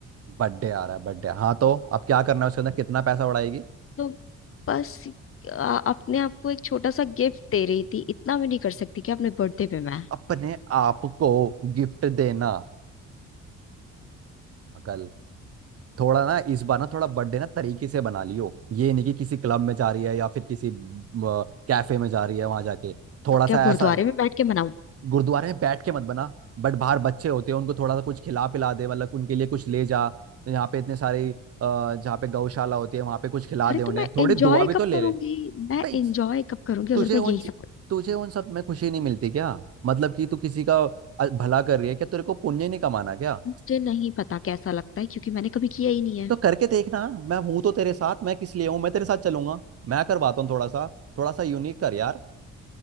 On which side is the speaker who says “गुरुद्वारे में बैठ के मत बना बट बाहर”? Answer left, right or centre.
Right